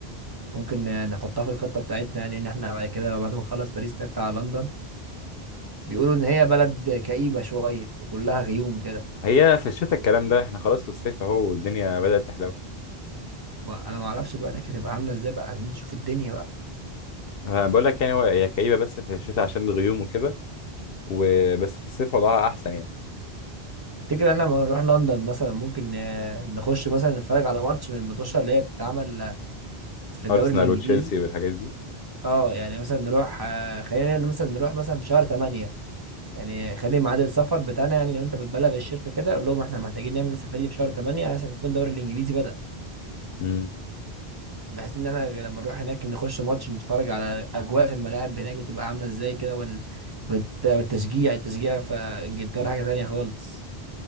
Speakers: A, on the right; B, on the left.
A: ممكن نحطها في الخطة بتاعتنا يعني ان احنا بعد كده بعد ما نخلص باريس نطلع على لندن بيقولوا ان هي بلد كئيبه شويه وكلها غيوم كده
B: هي في الشتاء الكلام ده احنا خلاص في الصيف اهو والدنيا بدأت تحلو
A: ما انا ما اعرفش بقى هناك هتبقى عامله ازاي بقى عايزين نشوف الدنيا بقى
B: أنا بقول لك يعني هو هي كئيبه بس في الشتاء عشان الغيوم وكده وبس في الصيف وضعها احسن يعني
A: تفتكر احنا لما نروح لندن مثلا ممكن آه، نخش مثلا نتفرج على ماتش من الماتشات اللي هي بتتعمل آه، في الدوري
B: ارسنال
A: الانجليزي
B: وتشيلسي والحاجات دي
A: اه يعني مثلا نروح آه، خلينا مثلا نروح مثلا في شهر 8 يعني خلي ميعاد السفر بتاعنا يعني لو انت بتبلغ الشركه كده قول لهم احنا محتاجين نعمل السفريه دي في شهر 8 عشان يكون الدوري الانجليزي بدأ
B: امم
A: بحيث ان احنا لما نروح هناك نخش ماتش نتفرج على اجواء في الملاعب هناك بتبقى عامله ازاي كده وال... والت... والتشجيع التشجيع في انجلترا حاجه تانية خالص